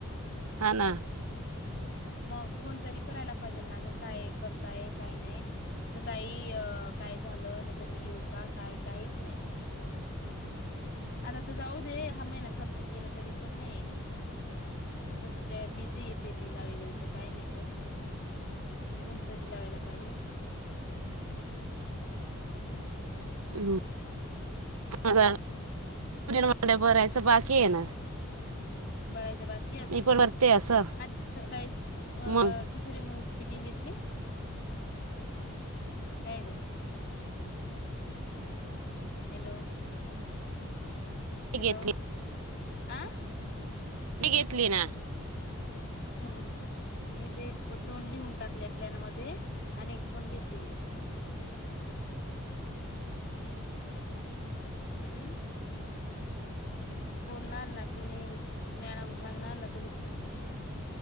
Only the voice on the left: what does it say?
मग फोन तरी करायला पाहिजेल ना ग काय करताय काय नाही. काई काय झालं नाही तर मी येऊ का काय काहीच नाही. आता तर जाऊ दे हा महिना संपून गेला तरी पण नाही आता सध्या बिझी आहे पेरणीला वगैरे तर काही नाही पण कोणतरी लावायला पाहिजे
बरायचं बाकी अजून
आजची सत्तावीस अ
किशोरी मुली मिीटिंग घेतली काय ग हॅलो हॅलो
आ
ह मी ते एक पण दोन लिहून टाकले प्लॅन मध्ये आणि एक पण घेतली नाही हम् बोलणार ना तुम्ही मॅडम सांगणार ना तुम्ही तर